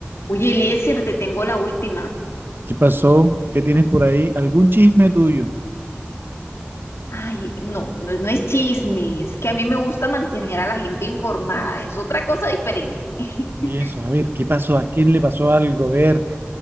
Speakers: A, on the left; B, on the right.
A: Oye, Eliezer, te tengo la última.
B: ¿Qué pasó? ¿Qué tienes por ahí? ¿Algún chisme tuyo?
A: Ay, no, no, no es chisme, es que a mí me gusta mantener a la gente informada, es otra cosa diferente. <laughs>
B: Y eso, a ver, ¿qué pasó? ¿A quién le pasó algo? A ver,